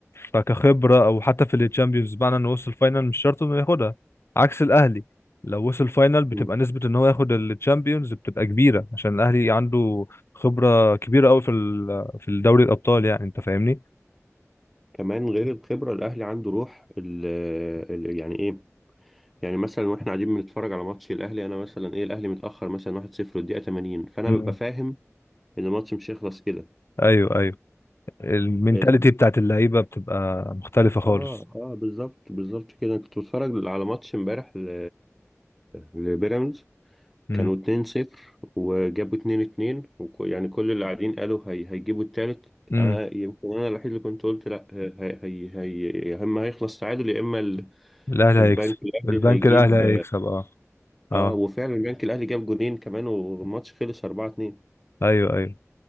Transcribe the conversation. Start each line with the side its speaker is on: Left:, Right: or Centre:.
Left: فكخبرة أو حتى في الشامبيونز بمعنى إنه وصل فاينل مش شرط إنه ياخدها عكس الأهلي لو وصل فاينل بتبقى
Centre: أمم.
Left: نسبة إن هو ياخد الشامبيونز بتبقى كبيرة عشان الأهلي عنده خبرة كبيرة أوي في ال... في الدوري الأبطال يعني أنت فاهمني؟
Centre: كمان غير الخبره الاهلي عنده روح ال... ال... يعني ايه يعني مثلا واحنا قاعدين بنتفرج على ماتش الاهلي انا مثلا ايه الاهلي متاخر مثلا 1-0 والدقيقه 80 فانا
Left: مم.
Centre: ببقى فاهم ان الماتش مش هيخلص كده
Left: أيوه أيوه المينتاليتي
Centre: ال...
Left: بتاعت اللعيبه بتبقى مختلفه خالص
Centre: اه اه بالظبط بالظبط كده أنا كنت بتفرج على ماتش امبارح ل... لبيراميدز
Left: امم
Centre: كانوا 2-0 وجابوا 2-2 وك... يعني كل اللي قاعدين قالوا هي... هيجيبوا التالت
Left: امم
Centre: انا يمكن انا الوحيد اللي كنت قلت لا هي... هي... هي... يا اما هيخلص تعادل يا اما ال...
Left: الاهلي
Centre: البنك
Left: هيكسب
Centre: الاهلي
Left: البنك
Centre: هيجيب
Left: الاهلي هيكسب اه اه
Centre: اه وفعلا البنك الاهلي جاب جونين كمان والماتش خلص 4 2
Left: ايوه ايوه